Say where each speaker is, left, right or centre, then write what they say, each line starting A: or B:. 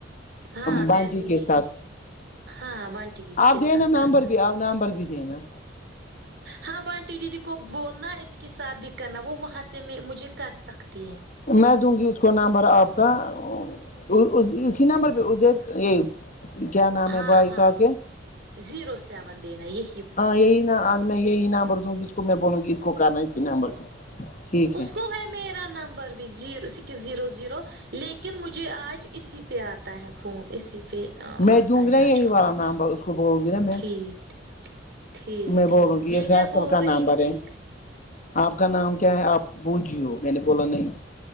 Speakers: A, on the right (about 60°); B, on the left (about 40°).
A: ہاں
B: بانٹی
A: میں دوں
B: کے
A: گی
B: ساتھ
A: ہاں بانٹی دیدی
B: آپ
A: کے ساتھ
B: دییے نا
A: کرنا
B: نمبر بھی آپ نمبر بھی دینا
A: ہاں بانٹی دیدی کو بولنا اس کے ساتھ بھی کرنا وہ وہاں سے میں مجھے کر سکتی ہیں
B: میں دوں گی اس کو نمبر آپ کا آ و اسی نمبر پہ اید یہ کیا نام
A: ہاں
B: ہے بھائی
A: ہاں
B: کا آپ کے
A: زیرو سیون دینا یہ
B: ہاں یہی نا آج میں یہی نمبر دوں گ جس کو میں بولوںی اس کو کرنا ہے اسی نمبر ٹھیک
A: اس
B: ہے
A: کو بھی میرا نمبر بھی زیرو سکس زیرو زیرو لیکن مجھے آج اسی پے آتا ہے فون اسی پے
B: میں
A: آتا
B: دوں گی
A: ہے
B: نا یہی
A: آج کل
B: والا نمبر اس کو بولوں گی نا میں
A: ٹھیک ٹھیک ٹھیک
B: میں
A: ٹھیک
B: بولوں گی یہ فیصل
A: کیا بول
B: کا
A: رہی
B: نمبر
A: تھی
B: ہے آپ کا نام کیا ہے آپ بھیجو میں نے بولا نہیں